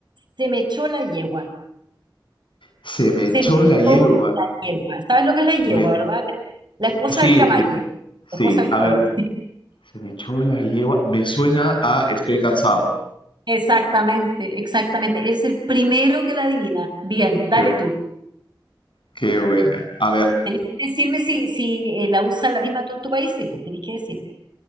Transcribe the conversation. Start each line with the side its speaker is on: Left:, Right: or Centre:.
Right: Se me echó la yegua.
Left: Se me echó
Right: Se me
Left: la yegua.
Right: echó la yegua. ¿Sabes lo que es la yegua,
Left: Me...
Right: verdad? La, la esposa
Left: Sí,
Right: del caballo.
Left: sí,
Right: La
Left: sí.
Right: esposa del
Left: A
Right: caballo.
Left: ver,
Right: <laughs>
Left: se me echó la yegua. Me suena a estoy cansado.
Right: Exactamente, exactamente. Eres el primero que la adivina. Bien, dale
Left: Qué,
Right: tú.
Left: qué buena. A ver,
Right: Tenés que decirme si, si eh, la usas la misma tú en tu país. Sí, pues tenés que decirme.